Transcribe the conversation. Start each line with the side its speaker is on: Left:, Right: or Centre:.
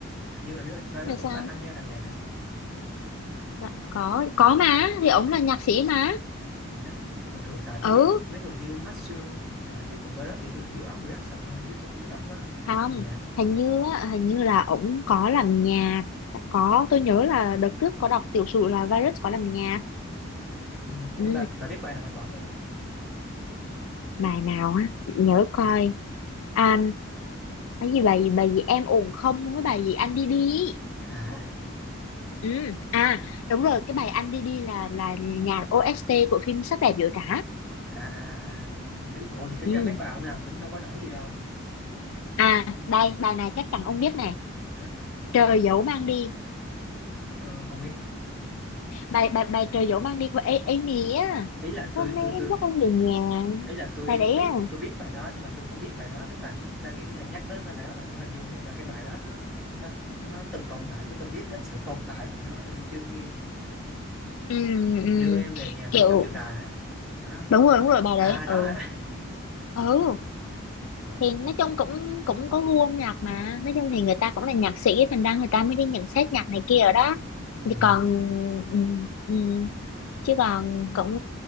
Centre: hình như là Virus
Left: là
Centre: cũng
Left: sao
Centre: có tham gia làm nhạc á
Left: Dạ, có có mà thì ổng là nhạc sĩ mà
Centre: ui ha thường thường tại tôi
Left: ừ
Centre: biết mấy người như Maxu thì nọ chứ còn Virus thì tôi chỉ biết ổng reaction thôi chứ tôi không biết ổng có
Left: không
Centre: làm nhạc
Left: hình như á, hình như là ổng có làm nhạc có tôi nhớ là đợt trước có đọc tiểu sử là virus có làm nhạc
Centre: Ừ. ủa
Left: ừ
Centre: bà bà biết bài nào của ổng không
Left: bài nào á để nhớ coi à, cái gì bài gì bài gì em ổn không với bài gì anh đi đi ý.
Centre: hả
Left: ừ. à đúng rồi cái bài anh đi đi là là nhạc OST của phim Sắc đẹp biểu trá
Centre: à à à à. Dữ- ủa thì tính
Left: ừ.
Centre: ra mấy bài ông làm cũng đâu có nổi gì đâu
Left: à đây bài này chắc chắn ông biết nè
Centre: Hả?
Left: trời dẫu mang đi
Centre: Ờ, không biết
Left: bài bài bài trời dẫu mang đi của A- Amy á
Centre: ý là tôi
Left: hôm nay
Centre: tôi
Left: em
Centre: tôi
Left: dắt anh về nhà
Centre: ý là tôi
Left: bài đấy
Centre: biết
Left: á
Centre: tôi biết bài đó nhưng mà tôi không biết bài đó tức là người ta kiểu như là nhắc tới tên bài đó là tôi hình dung được là cái bài đó nó nó nó từng tồn tại tôi từng biết đến sự tồn tại của nó nhưng mà tôi chưa nghe
Left: ừ, ừ.
Centre: đưa em về nhà mây
Left: kiểu
Centre: trôi chiều tà hả phải không
Left: đúng rồi đúng rồi bài
Centre: à
Left: đấy
Centre: à, đó
Left: ừ
Centre: hả
Left: ừ
Centre: <laughs> ôi
Left: thì nói chung cũng cũng có gu âm nhạc mà nói chung thì người ta cũng là nhạc sĩ thành ra người ta mới đi nhận xét nhạc này kia ở đó
Centre: ừ.
Left: thì còn ừ, ừ, chứ còn cũng